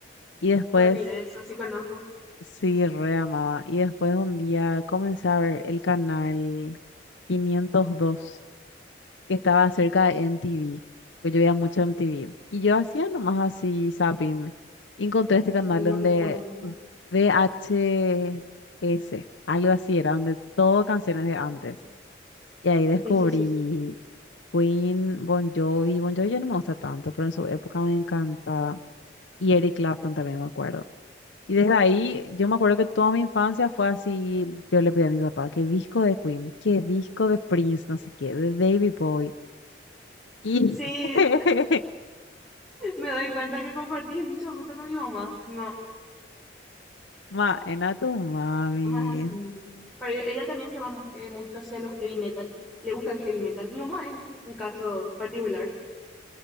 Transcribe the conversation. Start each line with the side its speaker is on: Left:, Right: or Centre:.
Left: Y después
Centre: Juan Directs, así conozco.
Left: sí, re amaba. Y después un día comencé a ver el canal 502, que estaba cerca de MTV, que yo veía mucho MTV. Y yo hacía nomás así zapping. Y Encontré este canal
Centre: Y
Left: donde
Centre: no recuerdo un poco.
Left: VHS, algo así era, donde todo canciones de antes.
Centre: Ujú.
Left: Y ahí descubrí
Centre: Sí, sí, sí.
Left: Queen, Bon Jovi. Bon Jovi ya no me gusta tanto, pero en su época me encantaba. Y Eric Clapton también me acuerdo. Y desde ahí, yo me acuerdo que toda mi infancia fue así. Yo le pedí a mi papá, qué disco de Queen, qué disco de Prince, no sé qué, de David Bowie. Y,
Centre: Sí,
Left: <laughs>
Centre: me doy cuenta que compartí mucho gusto con mi mamá. Mi mamá
Left: ma, en a tu mami.
Centre: es así mismo. Pero e- ella también se va mu- eh, mucho hacia los heavy metal. Le gusta el heavy metal. Mi mamá es un caso particular.